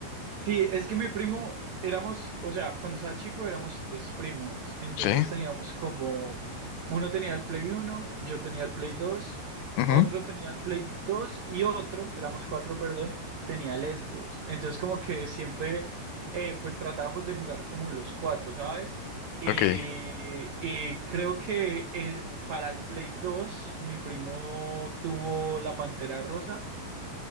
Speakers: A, on the right; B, on the left.
A: Sí, es que mi primo éramos, o sea, cuando estaba chico éramos tres primos, entonces
B: ¿Sí?
A: teníamos como, uno tenía el Play uno, yo tenía el Play dos,
B: Ujú,
A: otro tenía el Play dos y otro, éramos cuatro, perdón, tenía el Xbox. Entonces como que siempre eh, pues tratábamos de jugar como los cuatro, ¿sabes? Y,
B: Ok.
A: y creo que eh, para el Play dos mi primo tuvo la Pantera Rosa.